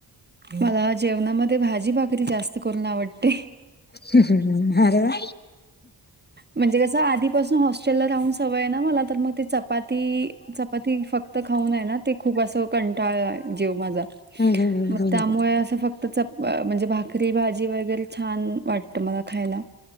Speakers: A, on the right; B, on the left.
A: मला जेवणामध्ये भाजी भाकरी जास्त करून आवडते.
B: ह् हम् ह्म हर वा.
A: म्हणजे कसं आधीपासून हॉस्टेलला राहून सवय आहे ना मला तर मग. ते चपाती चपाती फक्त खाऊन आहे ना ते खूप असं कंटाळ जीव माझा.
B: हम्म हम्म
A: मग
B: हम्म हम्म.
A: त्यामुळे असं फक्त म्हणजे भाकरी भाजी वगैरे छान वाटतं मला खायला.